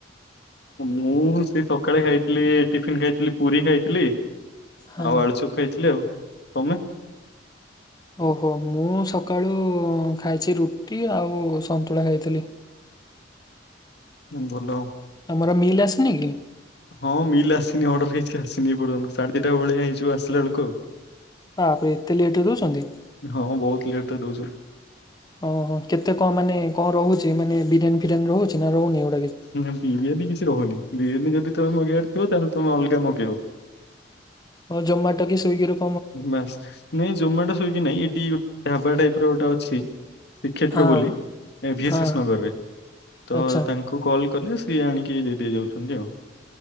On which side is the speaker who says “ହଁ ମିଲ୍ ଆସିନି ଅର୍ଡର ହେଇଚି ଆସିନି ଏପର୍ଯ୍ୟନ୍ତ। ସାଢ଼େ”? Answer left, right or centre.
Left